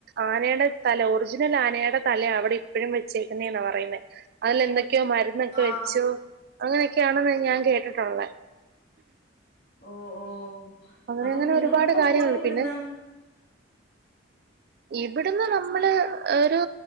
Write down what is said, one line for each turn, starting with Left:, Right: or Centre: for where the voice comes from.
Right: ആനയുടെ തല ഒറിജിനൽ ആനയുടെ തല അവിടെ എപ്പഴും വെച്ചേക്കുന്നെന്നാ പറയുന്നത് അതില എന്തൊക്കെയോ മരുന്നൊക്കെ
Left: ആഹ്
Right: വെച്ചു അങ്ങനെയൊക്കെയാണെന്ന് ഞാൻ കേട്ടിട്ടുള്ള
Left: ഓ ഓ
Right: അങ്ങനെ
Left: അപ്പം
Right: അങ്ങനെ
Left: നിങ്ങൾ
Right: ഒരുപാട്
Left: എപ്പോ
Right: കാര്യങ്ങളുണ്ട്
Left: പോയി ഇവിടുന്ന്
Right: പിന്നെ
Left: <inaudible>
Right: ഇവിടുന്ന് നമ്മള് ഒരു